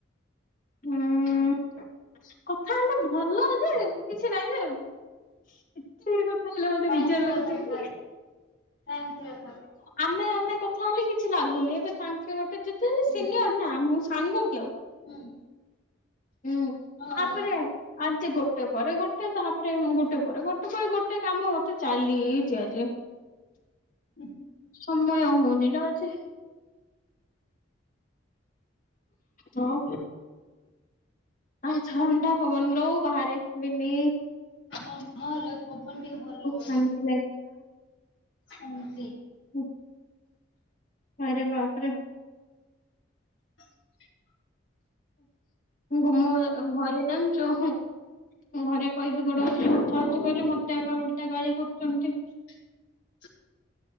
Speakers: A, on the left (about 60°); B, on the left (about 40°).
A: <inaudible>
B: ହୁଁ କଥା ହେଲେ ଭଲ ଯେ କିଛି ନାଇଁ ଯେ କଥା ହେଲେ ମତେ
A: ଟାଇମ୍
B: ବିଜାର
A: ଥିବା
B: ଲାଗୁଚି।
A: ଦରକାର
B: <inaudible>
A: ଟାଇମ୍ ଥିବା ଦରକାର
B: ଆମେ ଆମେ କଥା ହେଲେ କିଛି ଲାଗୁନି। ଏବେ ତାଙ୍କେ ଗୋଟେ ଯେତେ ହେଲେ
A: ହୁଁ
B: ସିନିୟର ନା ମୁଁ ସାଙ୍ଗ କି ଆଉ।
A: ହୁଁ।
B: ହୁଁ
A: ହଁ
B: ତାପରେ
A: ଲୋ
B: ଆଜି ଗୋଟେ ପରେ ଗୋଟେ ତାପରେ। ମୁଁ ଗୋଟେ ପରେ ଗୋଟେ ପରେ ଗୋଟେ କାମ ମତେ ଚାଲିଛି ଆଜି।
A: ହୁଁ।
B: ସମୟ ହଉନି ଲୋ ଆଜି। ହଁ। ଆହ ଥଣ୍ଡା ପବନ ଲୋ ବାହାରେ ବିିନି।
A: ହଁ ହଁ ଲୋ ପବନ ଟିକେ ଭଲ ହଉଚି
B: ଶାନ୍ତି
A: ଶାନ୍ତି।
B: ହୁଁ। ଆରେ ବାପରେ।
A: <inaudible>
B: ମୁଁ ଏ ଘରେ ଜାଣିଛ ହେଁ। ମୁଁ ଘରେ କହିବି ଗୋଡେ କଥା ହଉଚି କହିଲେ ମତେ ଏକା ଉଲଟା ଗାଳି କରୁଛନ୍ତି।
A: ହ <inaudible>